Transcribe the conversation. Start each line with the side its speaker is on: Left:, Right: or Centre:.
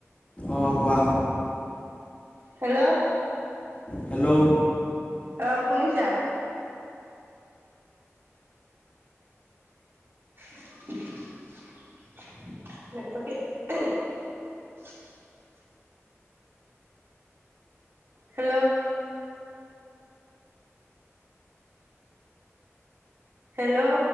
Left: অঁ কোৱা
Right: হেল্ল',
Left: হেল্ল',
Right: আহ শুনিছা? <inaudible> <unintelligible> হেল্ল'। হেল্ল'।